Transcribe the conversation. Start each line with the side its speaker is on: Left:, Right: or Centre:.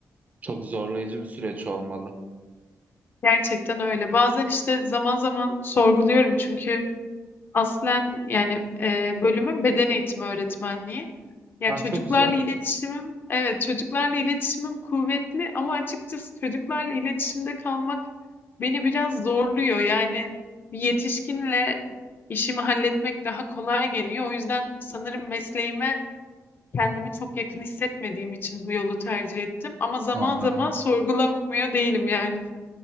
Right: çok zorlayıcı bir süreç olmalı.
Left: gerçekten öyle. Bazen işte zaman zaman sorguluyorum çünkü aslen yani e, bölümüm beden eğitimi öğretmenliği. Ya
Right: Ah
Left: çocuklarla
Right: çok güzel
Left: iletişimim, evet çocuklarla iletişimim kuvvetli ama açıkçası çocuklarla iletişimde kalmak beni biraz zorluyor. Yani bir yetişkinle işimi halletmek daha kolay geliyor. O yüzden sanırım mesleğime kendimi çok yakın hissetmediğim için bu yolu tercih ettim. Ama zaman
Right: anladım.
Left: zaman sorgulamıyor değilim yani.